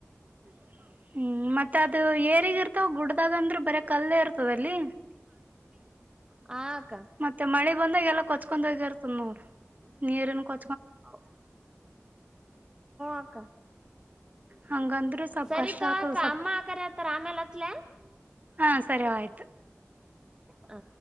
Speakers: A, on the right (about 35°); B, on the right (about 15°).
A: <inaudible> ಹ್ಮ್ ಮತ್ತೆ ಅದು ಏರಿಗ ಇರ್ತಾವ ಗುಡ್ದಾಗಂದ್ರ ಬರ ಕಲ್ಲೇ ಇರ್ತವ ಅಲ್ಲಿ
B: ಹ
A: ಮತ್ತೆ ಮಳಿ ಬಂದಾಗ ಎಲ್ಲ ಕೊಚ್ಕೊಂಡ ಹೋಗಿರ್ತದ ನೋಡ್ ನೀರ್ ಏನ್ ಕೊ
B: ಹಓ ಅಕ್ಕ
A: ಹಂಗಂದ್ರೆ ಸ್ಲ್
B: ಸರಿ
A: ಕಷ್ಟತ
B: ತೋ ಅಕ್ಕ
A: ಸ್
B: ಅಮ್ಮ ಕರತಾರ ಆಮೇಲೆ ಹಚ್ಲ
A: ಹಾ ಸರಿ ಆಯ್ತು
B: ಹ